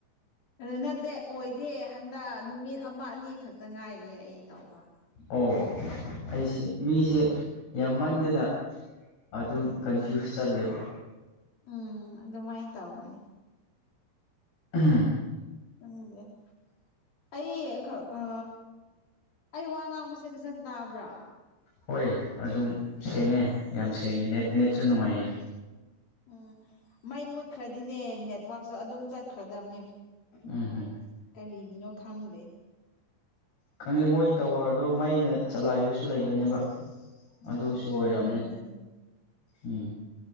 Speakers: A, on the left; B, on the left.
A: ꯑꯗꯨ ꯅꯠꯇꯦ ꯑꯣꯏꯗꯦ ꯍꯟꯗꯛ ꯅꯨꯃꯤꯠ ꯑꯃ ꯑꯅꯤ ꯈꯛꯇ ꯉꯥꯏꯔꯤꯑꯦ ꯑꯩ ꯇꯧꯕ
B: ꯑꯣ ꯑꯩꯁꯤ ꯃꯤꯁꯦ ꯌꯥꯝꯃꯟꯗꯅ ꯑꯗꯨꯝ ꯀꯟꯐ꯭ꯌꯨꯁ ꯆꯜꯂꯦꯕ
A: ꯎꯝ ꯑꯗꯨꯃꯥꯏꯅ ꯇꯧꯕꯅꯦ
B: ꯎꯝ
A: <unintelligible> ꯑꯩ ꯈꯛ ꯑ ꯑꯩ ꯋꯥ ꯉꯥꯡꯕꯁꯦ ꯐꯖꯅ ꯇꯥꯕ꯭ꯔꯥ
B: ꯍꯣꯏ ꯑꯗꯨꯝ ꯁꯦꯡꯉꯦ
A: ꯑꯣ
B: ꯌꯥꯝ ꯁꯦꯡꯉꯦ ꯅꯦꯠ ꯅꯦꯠꯁꯨ ꯅꯨꯡꯉꯥꯏꯌꯦ
A: ꯎꯝ ꯃꯩ ꯃꯨꯠꯈ꯭ꯔꯗꯤꯅꯦ ꯅꯦꯠꯋꯥꯛꯛꯁꯨ ꯑꯗꯨꯝ ꯆꯠꯈ꯭ꯔꯗꯕꯅꯦ
B: ꯎꯝ ꯍꯝ
A: ꯀꯔꯤꯒꯤꯅꯣ ꯈꯪꯗꯦ
B: ꯈꯪꯉꯦ ꯃꯣꯏ ꯇꯋꯥꯔꯗꯣ ꯃꯩꯅ ꯆꯂꯥꯏꯕꯁꯨ ꯂꯩꯕꯅꯦꯕ ꯑꯗꯨꯁꯨ
A: ꯑꯣ ꯑꯗꯨꯒꯤ
B: ꯑꯣꯏꯔꯝꯅꯦ
A: ꯑꯣꯏꯔꯝꯅꯤ
B: ꯎꯝ